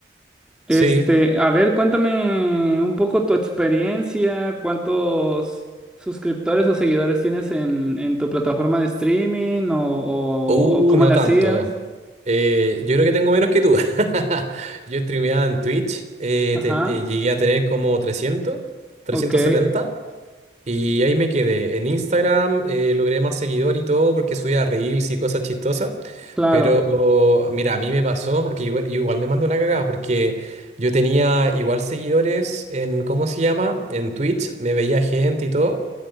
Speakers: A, in the centre; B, on the right (about 40°).
A: Este,
B: Sí.
A: a ver, cuéntame un poco tu experiencia, cuántos suscriptores o seguidores tienes en, en tu plataforma de streaming o, o,
B: Uh,
A: o cómo
B: no
A: le
B: tanto.
A: hacías.
B: Eh, yo creo que tengo menos que tú. <laughs> Yo streameaba en Twitch, eh,
A: Ajá,
B: ten- eh, llegué a tener como trescientos trescientos
A: ok,
B: setenta y ahí me quedé. En Instagram eh, logré más seguidor y todo porque subía reels y cosas chistosas,
A: claro.
B: pero mira, a mí me pasó que yo, yo igual me mandé una cagada porque yo tenía igual seguidores en, ¿cómo se llama? En Twitch, me veía gente y todo.